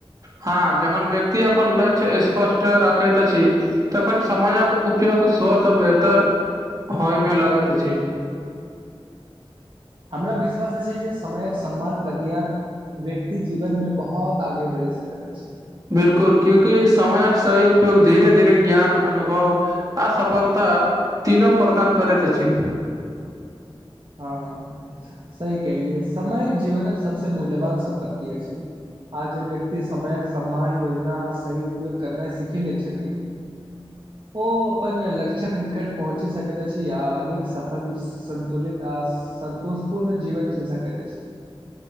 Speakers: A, on the right (about 40°); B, on the right (about 55°).
A: हा जखन व्यक्ति अपन लक्ष्य स्पष्ट रखति अछि तखन समयक उपयोग स्वतः बेहतर होयमे लागति अछि
B: हमरा विश्वास अछि जे समयक सम्मान करनिआर व्यक्ति जीवन मे बहोत आगे बढ़ि सकति अछि
A: बिलकुल क्यूंकि समयक सही उपयोग धीरे धीरे ज्ञान अनुभव आ सफलता तीनो प्रदान करति अछि
B: हँ सही केहलियै समय जीवनक सबस मूल्यवान सम्पत्ति अछि आ जे व्यक्ति समयक सम्मान योजना आ सही उपयोग करनाइ सीखी ले छथि ओ अपन लक्षक निकट पहुँची सकति अछि आ अधिक सफल सन्तुलित आ संतोष पूर्ण जीवन जी सकति अछि